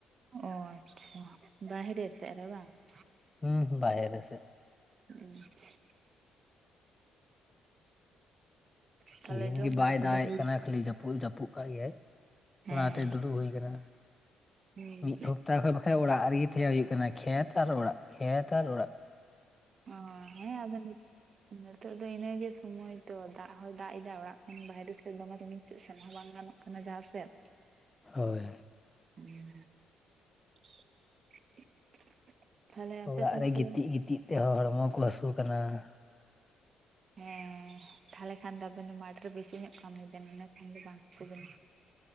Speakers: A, on the right (about 45°); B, on the left (about 20°).
A: ᱚ ᱟᱪᱪᱷᱟ ᱵᱟᱦᱨᱮ ᱥᱮᱫ ᱨᱮ ᱵᱟᱝ ᱾
B: ᱦᱩᱸ ᱵᱟᱦᱮᱨᱮ ᱥᱮ ᱾
A: <unintelligible> ᱛᱟᱦᱚᱞᱮ
B: ᱛᱤᱦᱤᱧ
A: ᱡᱚᱢ
B: ᱜᱤ ᱵᱟᱭ
A: ᱵᱟᱲᱟ ᱠᱚᱫᱚ
B: ᱫᱟᱜᱮᱜ
A: ᱦᱩᱭ
B: ᱠᱟᱱᱟ ᱠᱷᱟᱹᱞᱤ ᱡᱟᱯ ᱾ ᱯᱩᱞ ᱡᱟᱹᱯᱩᱜ ᱠᱟᱜ ᱜᱮᱭᱟᱭ
A: ᱦᱮᱸ
B: ᱚᱱᱟᱛᱮ ᱫᱩᱲᱩᱵ ᱦᱩᱭ ᱟᱠᱟᱱᱟ
A: ᱦᱩᱸ
B: ᱢᱤᱫ ᱦᱚᱯᱛᱟ᱾ <unintelligible> ᱚᱲᱟᱜ ᱨᱮᱜᱮ ᱛᱟᱦᱮᱸ ᱦᱩᱭᱩᱜ ᱠᱟᱱᱟ ᱠᱷᱮᱛ ᱟᱨ ᱚᱲᱟᱜ ᱠᱷᱮᱛ ᱟᱨ ᱚᱲᱟᱜ ᱾
A: ᱚ ᱦᱮᱸ ᱟᱫᱚ ᱱᱤᱛᱚᱜ ᱫᱚ ᱤᱱᱟᱹᱜᱮ ᱥᱚᱢᱚᱭ ᱛᱚ ᱫᱟᱜ ᱦᱚᱭ ᱫᱟᱜ ᱮᱫᱟ ᱚᱲᱟᱜ ᱠᱷᱚᱱ ᱵᱟᱭᱨᱮ ᱥᱮᱫ ᱫᱚᱢᱮ ᱨᱤᱢᱤᱞ ᱛᱮ ᱥᱮᱱ ᱦᱚᱸ ᱵᱟᱝ ᱜᱟᱱᱚᱜ ᱾ ᱠᱟᱱᱟ ᱡᱟᱦᱟᱸ ᱥᱮᱜ
B: ᱦᱳᱭᱼᱼ
A: <inaudible> ᱟᱯᱮ
B: ᱚᱲᱟᱜ
A: ᱥᱮᱱ
B: ᱨᱮ
A: ᱫᱚ
B: ᱜᱤᱛᱤᱡ ᱜᱤᱛᱤᱡ ᱛᱮ ᱦᱚᱲᱢᱚ ᱠᱚ ᱦᱟᱹᱥᱩ ᱠᱟᱱᱟ ᱾
A: ᱦᱮᱸ ᱛᱷᱟᱞᱮ ᱠᱷᱟᱱ ᱫᱚ ᱟᱵᱮᱱ ᱫᱚ ᱢᱟᱴᱷ ᱨᱮ ᱵᱮᱥᱤ ᱧᱚᱜ ᱠᱟᱹᱢᱤ ᱵᱮᱱ ᱤᱱᱟᱹ ᱠᱷᱟᱱ ᱫᱚ ᱵᱟᱝ ᱦᱟᱥᱩ ᱵᱮᱱᱟ ᱾